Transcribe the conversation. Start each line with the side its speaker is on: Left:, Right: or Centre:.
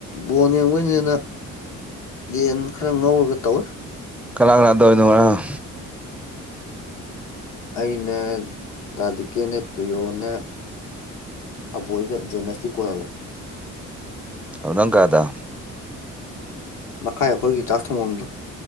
Left: ꯕꯣꯟ ꯌꯦꯡꯕꯩꯅꯤꯅ ꯌꯦꯟ ꯈꯔ ꯉꯧꯔꯒ ꯇꯧꯋꯦ
Centre: ꯀꯅꯥ ꯀꯅꯥ ꯇꯧꯔꯤꯅꯣ ꯉꯔꯥꯡ
Left: ꯑꯩꯅ ꯇꯥ ꯗꯤꯀꯦꯅ ꯄ꯭ꯔꯤꯌꯣꯅꯦ ꯑꯕꯣꯏꯒ ꯖꯦꯅꯁꯇꯤ ꯀꯣꯟꯅ ꯂꯥꯛꯑꯦ
Centre: ꯑꯗꯨ ꯅꯪ ꯀꯥꯗ
Left: ꯃꯈꯥꯏ ꯑꯩꯈꯣꯏꯒꯤ ꯆꯥꯛ ꯊꯣꯡꯐꯝꯗꯨ